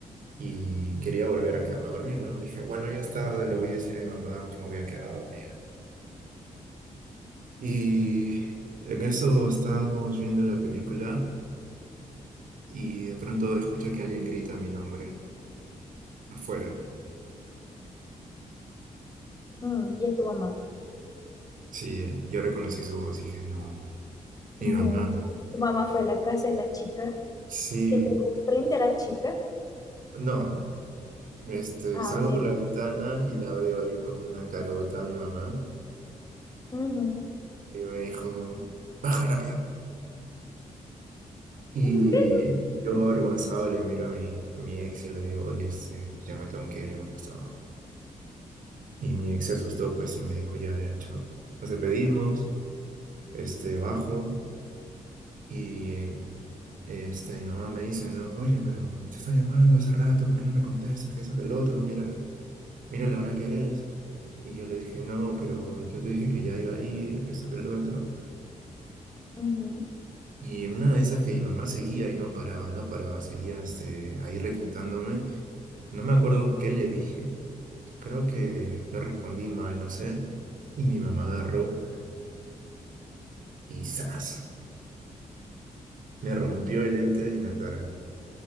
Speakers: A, on the right (about 75°); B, on the left (about 25°).
A: y quería volver a quedarme a dormir, ¿no? Dije, bueno, ya es tarde, le voy a decir a mi mamá que me voy a quedar a dormir. Y en eso estábamos viendo la película y de pronto escucho que alguien grita mi nombre afuera.
B: Mm, y es tu mamá.
A: Sí, eh, yo reconocí su voz dije, no, mi
B: No,
A: mamá.
B: tu, tu mamá fue a la casa de la chica,
A: Sí,
B: te pegó frente a la chica.
A: no, este,
B: Ah,
A: salgo
B: bien.
A: por la ventana y la veo ahí con una carota a mi mamá
B: Ujú.
A: y me dijo, baja rápido. Y
B: <laughs>
A: yo avergonzado le miro a mi, a mi ex y le digo, oye, este, ya me tengo que ir me más abajo. Y mi ex se asustó, pues, y me dijo, ya, ya, chao. Nos despedimos, este, bajo, y eh, este, mi mamá me dice, no, oye, pero te estoy llamando hace rato, ¿por qué no me contestas? Que eso, que el otro, mira, mira la hora que es. Y yo le dije, no, pero yo te dije que ya iba a ir, que esto, que el otro.
B: Ujú.
A: Y en una de esas que mi mamá seguía y no paraba, no paraba, seguía, este, ahí requintándome. No me acuerdo qué le dije, creo que le respondí mal, no sé, y mi mamá agarró y ¡zas! Me rompió el lente en la cara.